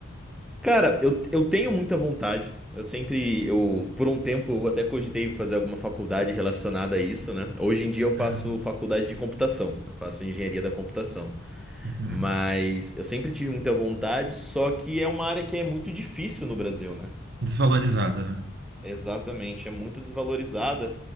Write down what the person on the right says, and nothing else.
Aham.
Uhum.
Desvalorizada, né?